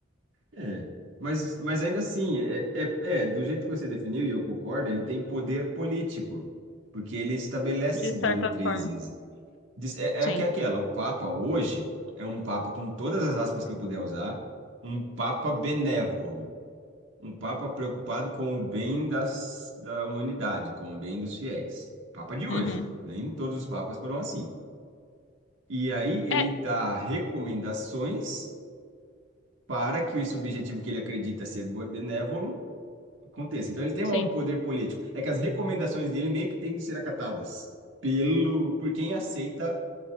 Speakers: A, on the right (about 75°); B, on the left (about 70°).
A: É. Mas, mas ainda assim, é, é, é, do jeito que você definiu, e eu concordo, ele tem poder político, porque ele estabelece
B: de
A: diretrizes.
B: certa forma.
A: Diz- É,
B: Sim.
A: é que é aquela, o Papa hoje é um Papa, com todas as aspas que eu puder usar, um Papa benévolo um papa preocupado com o bem das, da humanidade, com o bem dos fiéis. O papa de
B: Uhum.
A: hoje, nem todos os papas foram assim. E aí ele
B: É,
A: dá recomendações para que esse objetivo que ele acredita ser benévolo aconteça. Então ele tem
B: sim.
A: um poder político. É que as recomendações dele meio que têm de ser acatadas pelo por quem aceita